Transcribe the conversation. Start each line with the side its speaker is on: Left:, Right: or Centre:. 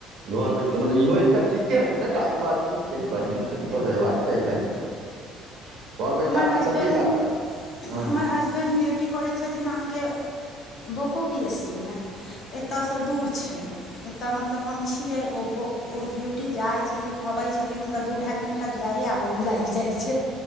Right: घर बैस कऽ मतलब इहो एकटा ठीके अछि ने टाइम पास ठीक छै ने बढ़ियां छै मतलब हयबाक चाही भाय। घर बैस
Left: हमर
Right: कऽ आदमी
Left: हसबैंड
Right: कतेक काज हँ
Left: हमर हस बैंड ड्यूटी करै छथिन अहाँके बोको पी एस सी मे। एतयसँ दूर छै। एतय मतलब हम छियै ओ ओ ड्यूटी जाइ छथिन अबैत छथिन हुनका दू ढाइ घण्टा तऽ जाए आबऽमे लागि जाइ छै।